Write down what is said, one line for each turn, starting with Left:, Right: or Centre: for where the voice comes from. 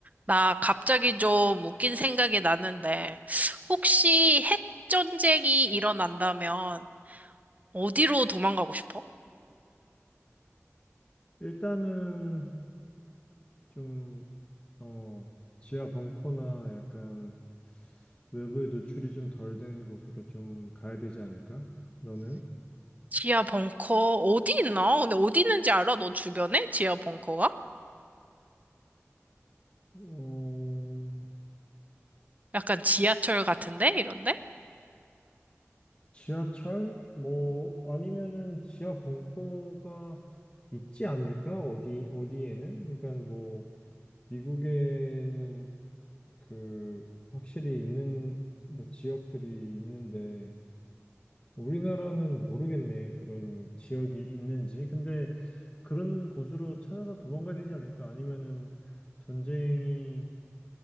Right: 나 갑자기 좀 웃긴 생각이 났는데, 혹시 핵 전쟁이 일어난다면 어디로 도망가고 싶어?
Left: 일단은 좀, 어, 지하 벙커나 약간 외부에 노출이 좀 덜 된 곳으로 좀 가야 되지 않을까? 너는?
Right: 지하 벙커 어디 있나? 근데 어디 있는지 알아? 너 주변에? 지하 벙커가?
Left: 어,
Right: 약간 지하철 같은데? 이런데?
Left: 지하철? 뭐, 아니면은 지하 벙커가 있지 않을까? 어디, 어디에는? 그러니까 뭐, 미국에는 그, 확실히 있는, 뭐, 지역들이 있는데, 우리나라는 모르겠네. 그런 지역이 있는지. 근데 그런 곳으로 찾아서 도망가야 되지 않을까? 아니면은 전쟁이